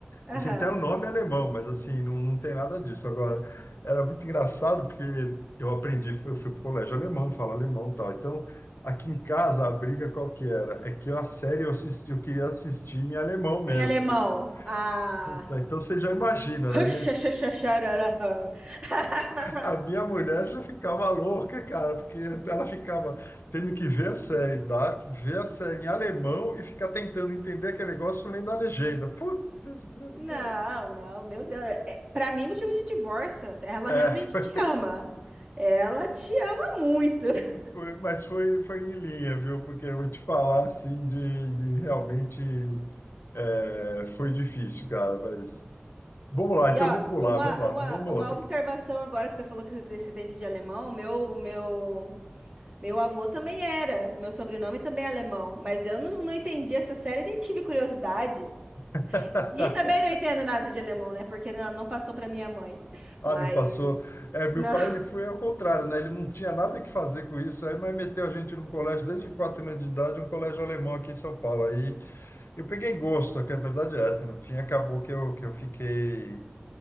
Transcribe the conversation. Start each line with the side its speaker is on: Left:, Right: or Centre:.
Right: aham.
Left: Assim, tem o um nome alemão, mas assim, não, não tem nada disso. Agora, era muito engraçado porque eu aprendi, fui- eu fui pro colégio alemão, falo alemão e tal. Então, aqui em casa, a briga qual que era? É que a série eu assisti, eu queria assistir em alemão mesmo,
Right: Em alemão,
Left: entendeu?
Right: a
Left: Puta, então você já imagina,
Right: <laughs>
Left: né? Minha, es- a minha mulher já ficava louca, cara, porque ela ficava tendo que ver a série Dark, ver a série em alemão e ficar tentando entender aquele negócio lendo a legenda. Putz,
Right: Não,
Left: cara.
Right: não, meu Deus, é, para mim motivo de divórcio, ela
Left: É,
Right: realmente
Left: <laughs>
Right: te ama. Ela te ama muito. <laughs>
Left: Foi- mas foi, foi em linha, viu? Porque eu vou te falar assim de, de realmente é, foi difícil, cara. Mas vamos lá,
Right: E
Left: então
Right: ó,
Left: vou pular,
Right: uma,
Left: vamos lá,
Right: uma,
Left: vamos
Right: uma
Left: outra.
Right: observação agora que você falou que você é descendente de alemão, meu, meu, meu avô também era, meu sobrenome também é alemão, mas eu não, não entendi essa série nem tive curiosidade.
Left: <laughs>
Right: E também não entendo nada de alemão, né? Porque não, não passou para minha mãe.
Left: Ah,
Right: Mas
Left: não passou. É, meu
Right: não,
Left: pai
Right: <laughs>
Left: ele foi ao contrário, né? Ele não tinha nada que fazer com isso, aí, mas meteu a gente num colégio desde quatro anos de idade, um colégio alemão aqui em São Paulo. Aí eu peguei gosto, que a verdade é essa. No fim, acabou que eu, que eu fiquei